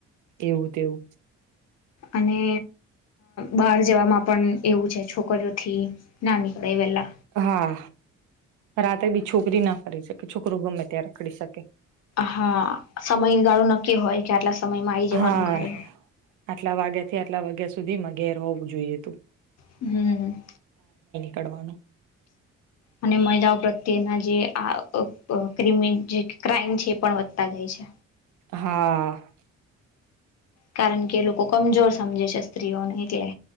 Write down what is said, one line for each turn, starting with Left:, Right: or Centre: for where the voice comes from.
Right: એવું તેવું.
Left: અને બહાર જવામાં પણ એવું છે છોકરીઓથી ના નીકળે વેલા.
Right: હા રાતે બી છોકરી ના કરીરી શકે છોકરોું ગમે ત્યાં રકડી શકે.
Left: હા સમયગાળો નક્કી હોય કે આટલા સમય મારી જવાનું
Right: હા
Left: ઘરે.
Right: આટલા વાગ્યા થી આટલા વાગ્યા સુધીમાં ઘેર હોવું જોઈએ તું.
Left: હમ <unintelligible>
Right: ચડનું <unintelligible>
Left: અને મહિલાઓ પ્રત્યેના જે આ ક્રિમિ જે ક્રાઈમ છે. એ પણ વધતા જાય છે.
Right: હા.
Left: કારણ કે એ લોકો કમજોર સમજે છે સ્ત્રીઓને એટલે.